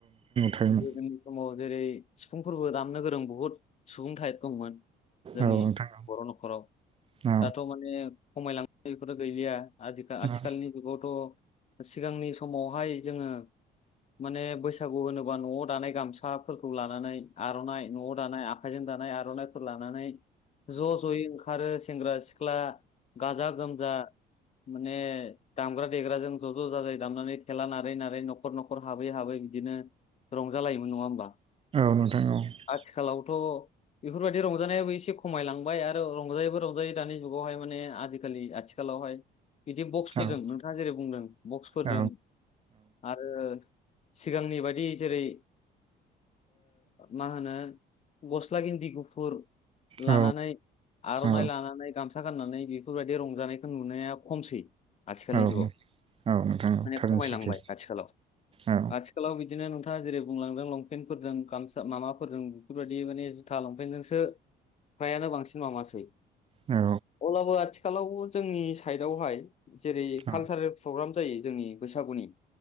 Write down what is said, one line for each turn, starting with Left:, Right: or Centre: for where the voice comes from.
Right: थारैनो
Left: गोदोनि समाव जेरै सिफुंफोरबो दामनो गोरों बुहुद सुबुं थाइफ दंमोन जोंनि
Right: औ नोंथां औ
Left: बर' न'खराव
Right: औ औ
Left: दाथ' माने खमायलांनाय बेफोरो गैलिया आ आथिखालनि
Right: औ
Left: जुगावथ' सिगांनि समावहाय जोङो माने बैसागु होनोबा न'आव दानाय गामसाफोरखौ लानानै आर'नाइ न'आव दानाय आखाइजों दानाय आर'नाइफोर लानानै ज' ज'यै ओंखारो सेंग्रा सिख्ला गाजा गोमजा माने दामग्रा देग्राजों ज' ज' जाजायो दामनानै थेला नारै नारै न'खर न'खर हाबै हाबै बिदिनो रंजालायोमोन नङा हबा
Right: औ नोंथां औ
Left: आथिखालावथ' बेफोरबायदि रंजानायाबो एसे खमायलांबाय आरो रंजायैबो रंजायो दानि जुगावहाय माने आजिखालि आथि आथिखालावहाय बिदि बक्सफोरजों
Right: औ
Left: नोंथाङा जेरै बुंदों बक्सफोरजों
Right: औ
Left: आरो सिगांनि बादि जेरै मा होनो गस्ला गिन्दि गुफुर लानानै
Right: औ
Left: आर'नाइ
Right: औ
Left: लानानै गामसा खोथा गाननानै बेफोरबायदि रंजानायखौ नुनाया खमसै आथिखालनि
Right: औ
Left: जुगाव
Right: नोंथां औ
Left: माने
Right: थारैनो
Left: खमायलांबाय
Right: सैथो
Left: आथिखालाव
Right: औ
Left: आथिखालाव बिदिनो नोंथाङा जेरै बुंलांदों लंपेन्टफोरजों गामसा माबाफोरजों बेफोरबायदि माने जुथा लंपेन्टजोंसो फ्रायानो बांसिन मासै अब्लाबो
Right: औ
Left: आथिखालाव जोंनि साइडआवहाय जेरै
Right: औ
Left: कालसारेल प्रग्राम जायो जोंनि बैसागुनि